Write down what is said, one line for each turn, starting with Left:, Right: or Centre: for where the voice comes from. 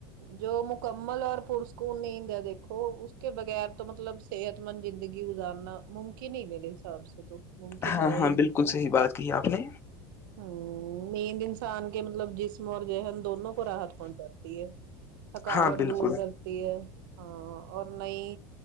Right: جو مکمل اور پرسکون نیند ہے دیکھو اس کے بغیر تو مطلب صحت مند زندگی گزارنا ممکن ہی میرے حساب سے تو ممکن
Left: ہاں
Right: ہے
Left: ہاں
Right: ہی نہیں
Left: بالکل
Right: ہے نا
Left: صحیح بات کہی آپ نے
Right: ہ نیند انسان کے مطلب جسم اور ذہن دونوں کو راحت پہنچاتی ہے تھکاوٹ
Left: ہاں بالکل
Right: دور کر تی ہے ہاں اور نئی